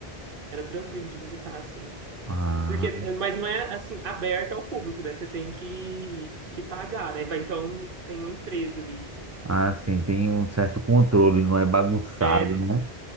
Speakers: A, on the right (about 60°); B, on the right (about 25°).
A: era tranquilo de visitar assim.
B: Ah,
A: Porque, mas não é assim aberta ao público, né? Você tem que que pagar, né? Vai, Então tem uma empresa ali
B: ah, sim, tem um certo controle, não é bagunçado,
A: É,
B: né?